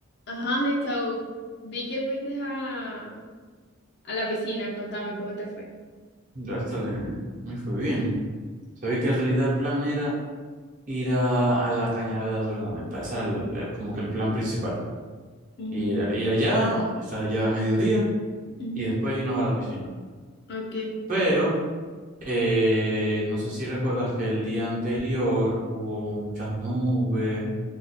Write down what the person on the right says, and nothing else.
Bertale, me fue bien. Sabía que en realidad el plan era ir a, a la cañada de Urdaneta. Ese era el- eh, como que el plan principal.
Ir, a- ir allá, estar allá a mediodía
y después irnos a la piscina.
Pero eh, no sé si recuerdas que el día anterior hubo muchas nubes,